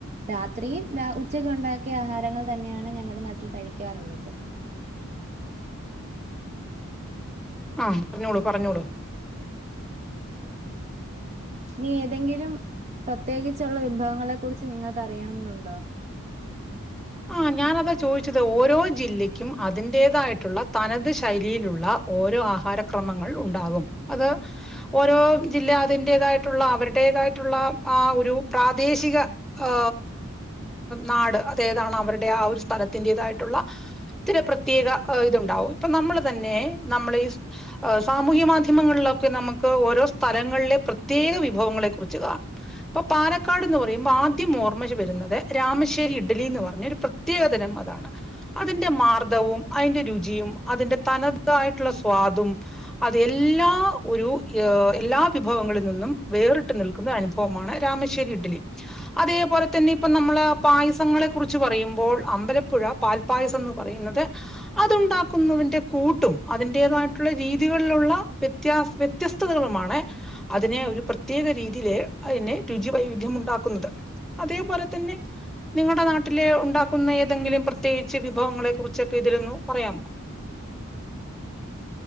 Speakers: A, on the right; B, in the centre.
A: രാത്രിയും ഉച്ചക്ക് ഉണ്ടാക്കിയ ആഹാരങ്ങൾ തന്നെയാണ് ഞങ്ങളുടെ നാട്ടിൽ കഴിക്കാറുള്ളത്
B: ആഹ പറഞ്ഞോളൂ പറഞ്ഞോളൂ
A: നി ഏതെങ്കിലും പ്രത്യേകിച്ചുള്ള വിഭവങ്ങളെ കുറിച്ച് നിങ്ങൾക്ക് അറിയണമെന്നുണ്ടോ?
B: ആ് ഞാാനതാ ചോദിച്ചത് ഓരോ ജില്ലക്കും അതിൻറേതായിട്ടുള്ള തനത് ശൈലിയിലുള്ള ഓരോ ആഹാരക്രമങ്ങൾ ഉണ്ടാകും അത് ഓരോ ജില്ല അതിന്റതായിട്ടുള്ള അവരുടേതായിട്ടുള്ള ആ ഒരു പ്രാദേശിക ആ നാട് ത അവരുടെ ആ ഒരു സ്ഥലത്തിന്റേതായിട്ടുള്ള ഇത്തിരി പ്രത്യേക ഇതുണ്ടാവും ഇപ്പൊ നമ്മൾ തന്നെ നമ്മൾ ഈ സാമൂഹ്യ മാധ്യമങ്ങളിലൊക്കെ നമുക്ക് ഓരോ സ്ഥലങ്ങളിലെ പ്രത്യേക വിഭവങ്ങളെ കുറിച്ച് കാണാം ഇപ്പൊ പാലക്കാട് എന്ന് പറയുമ്പോൾ ആദ്യം ഓർമ്മ വരുന്നത് രാമ ഇഡ്ഡലിന്ന് പറഞ്ഞ ഒരു പ്രത്യേകതരം അതാണ് അതിന്റെ മാർദവും അതിന്റെ രുചിയും അതിന്റെ തനതായിട്ടുള്ള സ്വാദും അത് എല്ലാ ഒരു ഹ് എല്ലാ വിഭവങ്ങളിൽ നിന്നും വേറിട്ട് നിൽക്കുന്ന അനുഭവമാണ് രാമശ്ശേരി ഇഡ്ഡലി അത് അതേപോലെ തന്നെ ഇപ്പ നമ്മള് പായസ് പ്പ ങ്ങളെ കുറിച്ച് പറയുമ്പോൾ അമ്പലപ്പുഴ പാൽപായസം ന്ന് പറയുന്നത് അതുണ്ടാക്കുന്നതിന്റെ കൂട്ടും അതിന്റെതായിട്ടുള്ള രീതികളിലുള്ള വ്യത്യാ വ്യത്യസ്തതകളുമാണ് അതിനെ ഒരു പ്രത്യേക രീതില് അയിനെ രുചി വൈവിധ്യം ഉണ്ടാക്കുന്നത് അതേപോലെ തന്നെ നിങ്ങടെ നാട്ടില് ഉണ്ടാക്കുന്ന ഏതെങ്കിലും പ്രത്യേകിച്ച് വിഭവങ്ങളെ കുറിച്ചൊക്കെ ഇതിലൊന്നു പറയാമോ